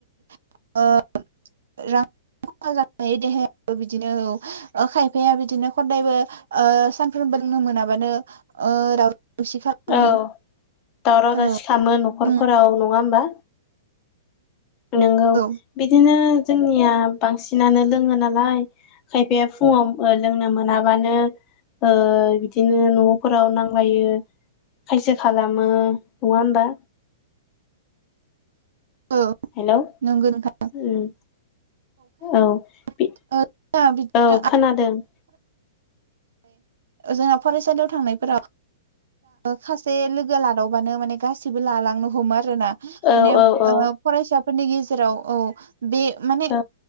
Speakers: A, on the right; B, on the left.
A: <inaudible> रां खहा जानाय देहायो बिदिनो औ <unintelligible> खायफाया बिदिनो खदायबो सानफ्रोमबो लोंनो मोनाबानो र खौसि खालामो
B: औ दावराव
A: औ
B: दावसि खालामो न'खरफोराव
A: उम
B: नङा होमबा। नोंगौ
A: औ
B: बिदिनो जोंनिया बांसिनानो लोङो नालाय खायफाया फुङाव ओ लोंनो मोनाबानो ओ बिदिनो न'फोराव नां थगायो खायसे खालामो नङा होमबा।
A: औ।
B: हेल'
A: नोंगौ नोंथां।
B: ओम औ। बि
A: <unintelligible>
B: औ खोनादों।
A: जोंहा फरायसालियाव थांनायफोराव सासे लोगो लादावबानो माने गासिबो लालांनो हमो आरो ना
B: औ
A: माने
B: औ औ
A: ओ फरायसाफोरनि गेजेराव औ बे माने
B: औ